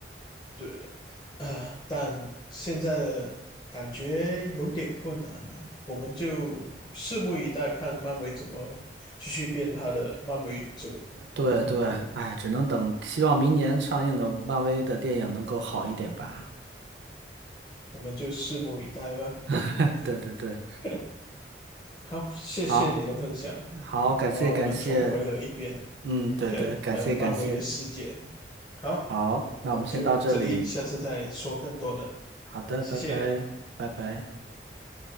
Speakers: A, on the left; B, on the right.
A: 对，啊，但现在的感觉有点困难了，我们就拭目以待，看漫威怎么继续变他的漫威宇宙。
B: 对对，
A: 嗯
B: 哎，只能等，希望明年上映的漫威的电影能够好一点吧。
A: 我们就拭目以待吧。
B: <laughs>
A: 嗯，
B: 对对对，
A: <laughs> 好，谢谢你的分享。
B: 好，好，
A: 嗯，
B: 感谢感谢，
A: 我让我们重回了一遍
B: 嗯，对对，感谢感谢，
A: 呃漫威的世界。好，
B: 好，
A: 我们就这里，
B: 那我们先到这里，
A: 下次再说更多的。
B: 好的，
A: 谢谢，
B: 拜拜，拜拜。